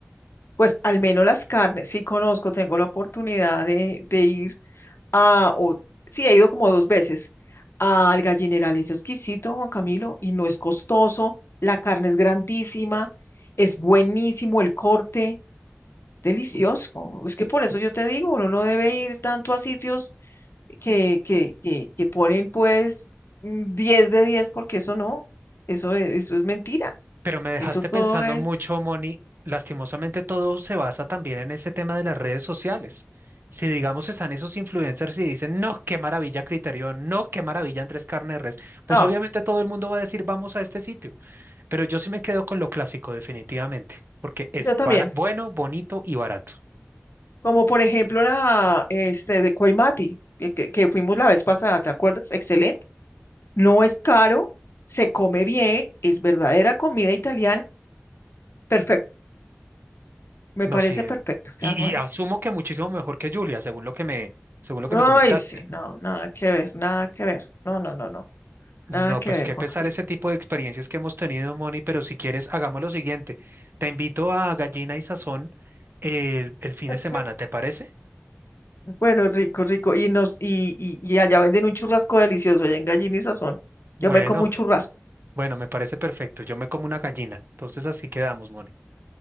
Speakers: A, on the left; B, on the right.
A: Pues al menos las carnes, sí conozco, tengo la oportunidad de, de ir a, o, sí, he ido como dos veces al Gallineral, es exquisito, Juan Camilo, y no es costoso, la carne es grandísima, es buenísimo el corte, delicioso. Es que por eso yo te digo, uno no debe ir tanto a sitios que, que, que, que ponen pues mm, 10 de 10 porque eso no, eso, es- eso es mentira,
B: Pero me dejaste
A: eso todo
B: pensando
A: es...
B: mucho, Moni. Lastimosamente todo se basa también en ese tema de las redes sociales. Si digamos están esos influencers y dicen, no, qué maravilla Criterion, no, qué maravilla Andrés Carne de Res, pues
A: Ah,
B: obviamente todo el mundo va a decir, vamos a este sitio. Pero yo sí me quedo con lo clásico, definitivamente, porque es
A: yo también.
B: bara- bueno, bonito y barato.
A: Como por ejemplo la este, de Coimati, que, que- que fuimos la vez pasada, ¿te acuerdas? Excelente. No es caro, se come bien, es verdadera comida italiana. Perfecto, me
B: No,
A: parece
B: sí.
A: perfecto.
B: Y,
A: Ya no hay.
B: y asumo que muchísimo mejor que Julia, según lo que me, según lo
A: no,
B: que me comentaste.
A: Ay, sí, no, nada que ver, nada que ver. No, no, no, no,
B: No,
A: nada que
B: pues
A: ver,
B: qué
A: Juan
B: pesar
A: Camilo.
B: ese tipo de experiencias que hemos tenido, Moni, pero si quieres, hagamos lo siguiente. Te invito a Gallina y Sazón el, el fin
A: <laughs>
B: de semana, ¿te parece?
A: Bueno, rico, rico. Y nos, y, y, y allá venden un churrasco delicioso, allá en Gallina y Sazón.
B: Bueno,
A: Yo me como un churrasco.
B: bueno, me parece perfecto. Yo me como una gallina. Entonces así quedamos, Moni.